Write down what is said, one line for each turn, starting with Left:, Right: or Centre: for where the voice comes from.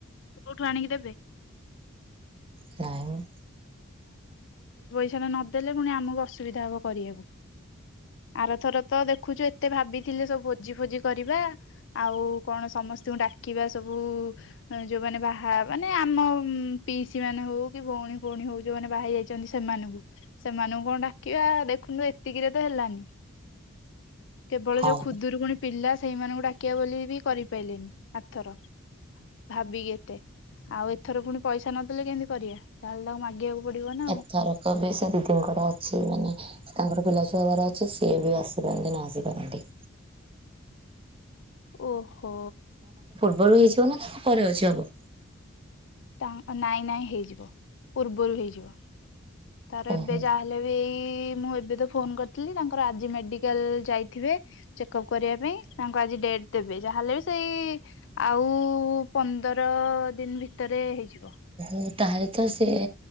Left: ସେ କୋଉଠୁ ଆଣିକି ଦେବେ।
Right: ସୋଇ <inaudible>
Left: ସେମାନେ ନଦେଲେ ପୁଣି ଆମକୁ ଅସୁବିଧା ହବ କରିବାକୁ। ଆର ଥର ତ ଦେଖୁଛ ଏତେ ଭାବିଥିଲେ ସବୁ ଭୋଜି ଫୋଜି କରିବା ଆଉ କଣ। ସମସ୍ତ ଙ୍କୁ ଡାକିବା ସବୁ ଯୋଉମାନେ ବାହା ମାନେ ଆମ ପିଇସି ମାନେ ହଉ କି ଭଉଣୀ ଭଉଣୀ ହଉ ଯୋଉମାନେ ବାହା ହେଇ ଯାଇଛନ୍ତି ସେମାନଙ୍କୁ। ସେମାନଙ୍କୁ କଣ ଡାକିବା ଦେଖୁନୁ ଏତିକିରେ ତ ହେଲାନି। କେବଳ
Right: ହଁ
Left: ଯୋଉ ଖୁଧୁରୁ କୁଣି ପିଲା ସେଇମାନଙ୍କୁ ଡାକିବା ବୋଲି ବି କରିପାରିଲେନି ଆଥର। ଭାବିକି ଏତେ ଆଉ ଏଥର ପୁଣି ପଇସା ନଦେଲେ କେମିତି କରିବା ତା ହେଲେ ତାକୁ ମାଗିବାକୁ ପଡିବ ନା ଆଉ
Right: ଏଥରକ ବି ସେ ଦିଦିଙ୍କର ଅଛି ମାନେ ତାଙ୍କର ପିଲାଛୁଆ ହବାର ଅଛି ସିଏ ବି ଆସିପାରନ୍ତି ନ ଆସିପାରନ୍ତି।
Left: ଓହୋ!
Right: ପରେ ହେଇଚି ନା ପରେ ଅଛି ହବ।
Left: ତାନାଇଁ ନାଇଁ ହେଇଯିବ ପୂର୍ବରୁ ହେଇଯିବ। ତାର
Right: ଓହୋ
Left: ଏବେ ଯାହାହେଲେ ବି ଏଇ ମୁଁ ଏବେ ତ ଫୋନ କରିଥିଲି ତାଙ୍କର ଆଜି ମେଡିକାଲ ଯାଇଥିବେ। ବେ ଚେକପ୍ କରିବା ପାଇଁ ତାଙ୍କ ଆଜି ଡେଟ ଦେବେ। ଯାହାହେଲେ ବି ସେଇ ଆଉ ପ ପନ୍ଦର ଦିନ ଭିତରେ ହେଇଯିବ।
Right: ମ୍ ତାହେଲେ ତ ସେ